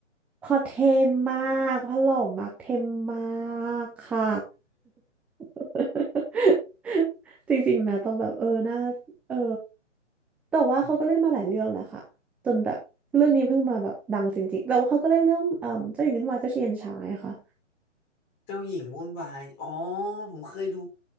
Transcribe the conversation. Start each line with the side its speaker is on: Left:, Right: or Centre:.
Centre: พอเทมมากพอหล่อมากเทมมากค่ะ <laughs> จริงๆนะต้องแบบเออน่าเออแต่ว่าเขาก็เล่นมาหลายเรื่องแล้วค่ะจนแบบเรื่องนี้เพิ่งมาแบบดังจริงๆแต่ว่าเขาก็เล่นเรื่องเอ่อเจ้าหญิงวุ่นวายเจ้าชายเย็นชายค่ะ
Left: <laughs> เจ้าหญิงวุ่นวายอ๋อผมเคยดู